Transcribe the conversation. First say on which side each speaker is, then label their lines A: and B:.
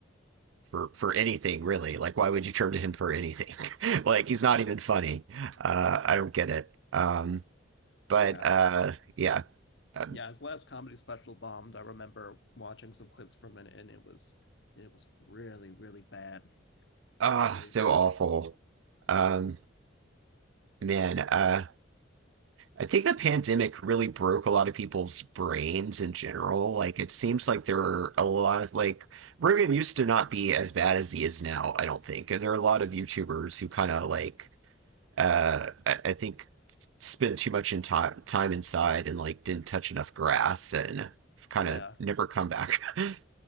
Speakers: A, on the right; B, on the left.
A: for for anything really. Like, why would you turn to him for anything? <laughs> like, he's not even funny. Uh, I don't get it. Um, but
B: Yeah.
A: uh, yeah, um,
B: Yeah, his last comedy special bombed. I remember watching some clips from it and it was it was really, really bad.
A: ah,
B: It was really
A: so
B: bad.
A: awful. Um, man, uh, I think the pandemic really broke a lot of people's brains in general. Like, it seems like there are a lot of like Rogan used to not be as bad as he is now. I don't think, and there are a lot of YouTubers who kind of like uh, I, I think spent too much in time time inside and like didn't touch enough grass and kind
B: Yeah.
A: of never come back. <laughs>